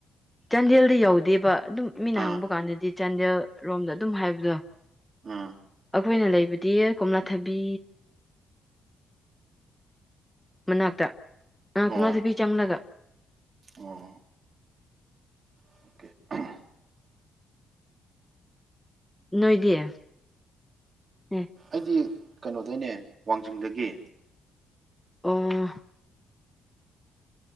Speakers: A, in the centre; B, on the right.
A: ꯆꯥꯟꯗꯦꯜꯗꯤ ꯌꯧꯗꯦꯕ ꯑꯗꯨꯝ ꯃꯤꯅ
B: ꯑꯥ
A: ꯍꯪꯕ ꯀꯥꯟꯗꯗꯤ ꯆꯥꯟꯗꯦꯜ ꯔꯣꯝꯗ ꯑꯗꯨꯝ ꯍꯥꯏꯕꯗꯣ
B: ꯎꯝ
A: ꯑꯩꯈꯣꯏꯅ ꯂꯩꯕꯗꯤ ꯀꯣꯝꯂꯥꯊꯥꯕꯤ ꯃꯅꯥꯛꯇ ꯅ ꯀꯣꯝꯂꯥꯊꯥꯕꯤ
B: ꯑꯣ
A: ꯆꯪꯂꯒ
B: ꯑꯣ ꯑꯣꯀꯦ
A: ꯅꯣꯏꯗꯤ ꯑꯦ
B: ꯑꯩꯗꯤ ꯀꯩꯅꯣꯗꯩꯅꯦ ꯋꯥꯡꯖꯤꯡꯗꯒꯤ
A: ꯑꯣ